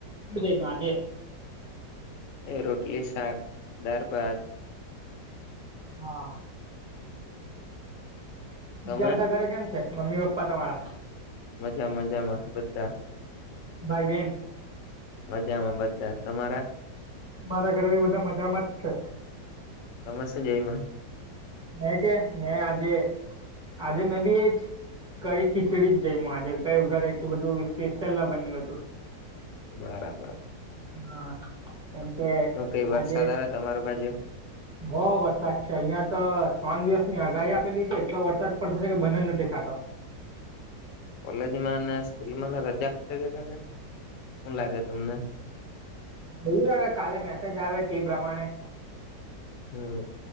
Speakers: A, on the right (about 20°); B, on the left (about 65°).
A: શું જઈમાં આજે?
B: એ રોટલી શાક દારભાત,
A: હા,
B: તમે
A: બીજા બધા ઘરે કેમ છે મમ્મી પપ્પા તમારા?
B: મજા મજામાં બધા,
A: ભાઈ બેન?
B: મજામાં બધા તમારા?
A: મારા ઘરે બી બધા મજામાં જ છે.
B: તમે શું જઈમા?
A: મે કે મે આજે આજે મેં બી એ જ, કડી ખીચડી જ જઈમો આજે કઈ ઘરે એટલું બધું સ્પેશિયલ ના બન્યું હતું,
B: બરાબર,
A: હા એમ કે
B: શું કઈ વરસાદ
A: આજે,
B: આવે તમારી બાજુ
A: બોવ વરસાદ છે અહિયાં, ત્રણ દિવસ ની આગાહી આપેલી છે એટલો વરસાદ પડશે કે બંધ નથી થતો.
B: કોલેજમાં ને સ્કૂલમાં ને રજા આપશે કે કાલે શું લાગે તમને?
A: જોય આવે કાલે મેસેજ આવે તે પ્રમાણે,
B: હમ,